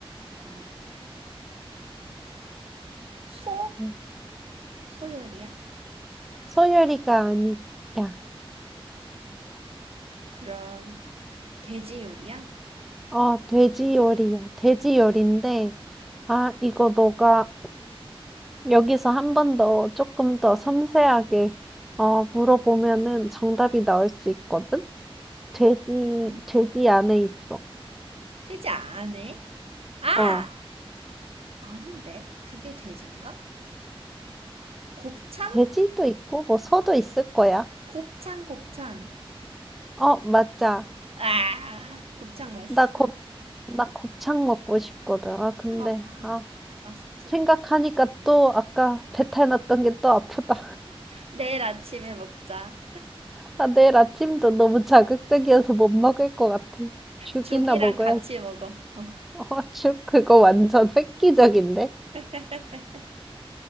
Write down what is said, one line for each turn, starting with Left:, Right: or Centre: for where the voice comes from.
Right: 아, 소?
Centre: 음,
Right: 소 요리야?
Centre: 소열이가 아니야.
Right: 그럼 돼지 요리야?
Centre: 어 돼지 요리야. 돼지 요리인데, 아, 이거 너가 여기서 한번 더 조금 더 섬세하게, 어, 물어보면은 정답이 나올 수 있거든? 돼지,
Right: 네.
Centre: 돼지 안에 있어.
Right: 돼지 안 해? 아!
Centre: 어,
Right: 아닌데. 그게 돼지인가? 곱창?
Centre: 돼지도 있고, 뭐, 소도 있을 거야.
Right: 곱창, 곱창.
Centre: 어, 맞아.
Right: 아, 곱창 맛있어.
Centre: 나 곱, 나 곱창 먹고 싶거든. 아, 근데,
Right: 어,
Centre: 아,
Right: 맛있지,
Centre: 생각하니까
Right: 곱창.
Centre: 또 아까 배탈 났던 게 또 아프다.
Right: 내일 아침에 먹자.
Centre: <laughs> 아, 내일 아침도 너무 자극적이어서 못 먹을 것 같아. 죽이나
Right: 죽이랑
Centre: 먹어야
Right: 같이 먹어. 어.
Centre: 어, 슉, 그거 완전 획기적인데?
Right: <laughs>